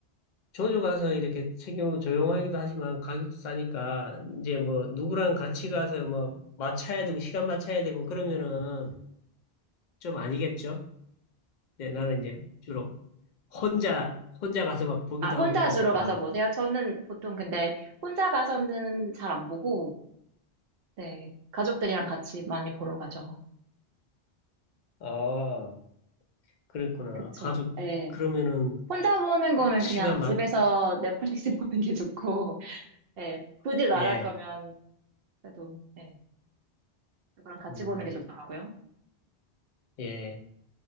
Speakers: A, on the left (about 55°); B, on the right (about 65°).
A: 자주 가서 이렇게 챙겨 조용하기도 하지만 가격도 싸니까 이제 뭐 누구랑 같이 가서 뭐 맞춰야 되고 시간 맞춰야 되고 그러면은 좀 아니겠죠? 네, 나는 이제 주로 혼자 혼자 가서 막 보기도
B: 아, 혼자
A: 하고 그러니까.
B: 주로 가서 보세요? 저는 보통 근데 혼자 가서는 잘 안 보고 네. 가족들이랑 같이 많이 보러 가죠.
A: 아, 그랬구나.
B: 그쵸.
A: 가족
B: 예.
A: 그러면은
B: 혼자 보는 거는
A: 시간
B: 그냥 집에서
A: 맞
B: 넷플릭스 <laughs> 보는 게 좋고, 예. 굳이 나갈
A: 예.
B: 거면 그래도, 예. 누구랑 같이
A: 음,
B: 보는 게 좋더라고요.
A: 예.